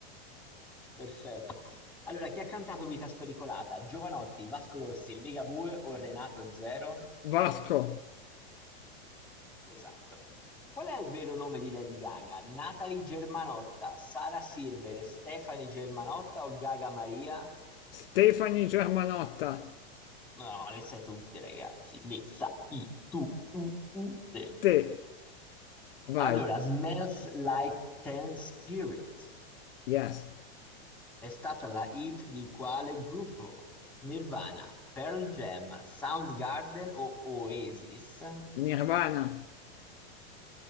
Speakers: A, in the centre; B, on the left.
A: Perfetto. Allora, chi ha cantato Vita Spericolata? Giovanotti, Vasco Rossi, Ligabue o Renato Zero?
B: Vasco.
A: Esatto. Qual è il vero nome di Lady Gaga? Natalie Germanotta, Sara Silver, Stefani Germanotta o Gaga Maria?
B: Stefani Germanotta.
A: No, no, le sai tutte, ragazzi. Le sai tu, u, u, te.
B: Te. Vai.
A: Allora, Smells Like Teen Spirit
B: Yes.
A: è stata la hit di quale gruppo? Nirvana, Pearl Jam, Soundgarden o Oasis?
B: Nirvana.